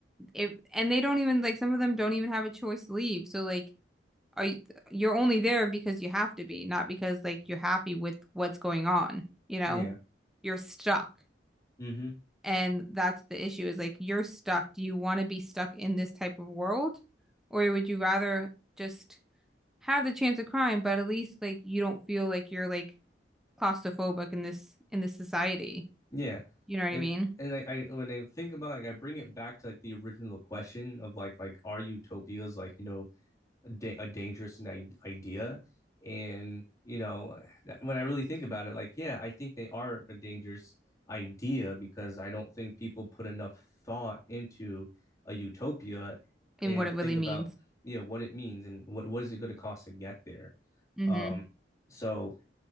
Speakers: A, in the centre; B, on the left (about 20°).
A: if and they don't even like some of them don't even have a choice to leave. So like are you you're only there because you have to be, not because like you're happy with what's going on, you know?
B: yeah
A: You're stuck.
B: mm-hmm
A: And that's the issue is like you're stuck. Do you want to be stuck in this type of world? Or would you rather just have the chance of crime, but at least like you don't feel like you're like claustrophobic in this in this society.
B: Yeah.
A: You know what
B: It
A: I mean?
B: and I, I when I think about like I bring it back to like the original question of like like are utopias like you know a, da a dangerous ni- idea. And, you know, when I really think about it, like, yeah, I think they are a dangerous idea because I don't think people put enough thought into a utopia
A: And
B: and
A: what it
B: think
A: really means.
B: about, you know, what it means and what, what is it going to cost to get there.
A: Mm-hmm.
B: Um, so